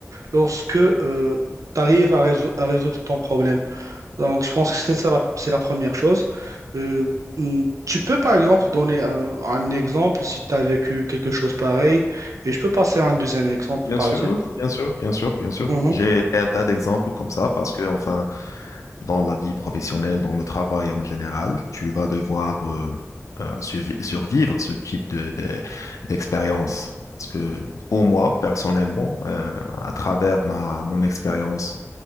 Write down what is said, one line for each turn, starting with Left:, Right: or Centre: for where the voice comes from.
Right: lorsque euh, tu arrives à résou- à résoudre ton problème. Donc, je pense que c'est ça la, c'est la première chose. Euh, mm, tu peux, par exemple, donner un, un exemple si tu as vécu quelque chose pareil, et je peux passer à un deuxième exemple
Left: Bien
Right: par
Left: sûr,
Right: la suite.
Left: bien sûr, bien sûr, bien sûr.
Right: Mhm,
Left: J'ai un tas d'exemples comme ça parce que, enfin, dans la vie professionnelle, dans le travail en général, tu vas devoir euh, euh, survi- survivre ce type de, de- d'expérience. Parce que pour moi, personnellement, euh, à travers ma, mon expérience